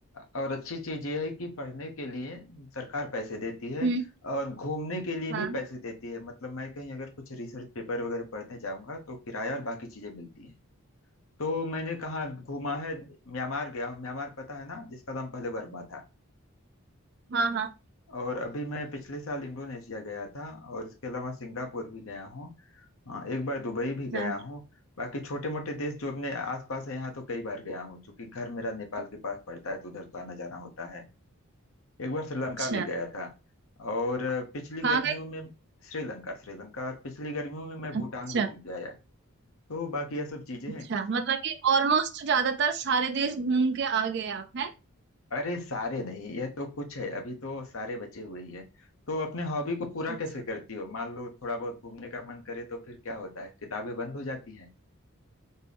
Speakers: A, on the left (about 70°); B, on the right (about 50°).
A: और अच्छी चीज ये है कि पढ़ने के लिए सरकार पैसे देती है
B: हो हम्म
A: और घूमने के लिए
B: हाँ
A: भी पैसे देती है मतलब मैं कहीं अगर कुछ रिसर्च पेपर वगैरह पढ़ने जाऊंगा तो किराया और बाकी चीजें मिलती हैं तो मैंने कहाँ घूमा है म्यांमार गया हूँ म्यांमार पता है ना जिसका नाम पहले वर्मा था
B: हाँ हाँ
A: और अभी मैं पिछले साल इंडोनेशिया गया था और इसके अलावा सिंगापुर भी गया हूँ हाँ, एक बार दुबई भी गया
B: अच्छा
A: हूँ बाकी छोटे मोटे देश जो अपने आसपास है यहाँ तो कई बार गया हूँ चूंकि घर मेरा नेपाल के पास पड़ता है तो उधर तो आना जाना होता है एक बार श्रीलंका
B: अच्छा
A: भी गया था और पिछली
B: कहाँ
A: गर्मियों
B: गए
A: में श्रीलंका श्रीलंका और पिछली गर्मियों में मैं भूटान
B: अच्छा
A: भी घूम के आया तो बाकी यह सब चीजें
B: अच्छा
A: हैं
B: मतलब कि ऑलमोस्ट ज्यादातर सारे देश घूम के आ गए आप हैं
A: अरे सारे नहीं यह तो कुछ है अभी तो सारे बचे हुए ही है तो अपने हॉबी को पूरा
B: अच्छा
A: कैसे करती हो मान लो थोड़ा बहुत घूमने का मन करे तो फिर क्या होता है किताबें बंद हो जाती हैं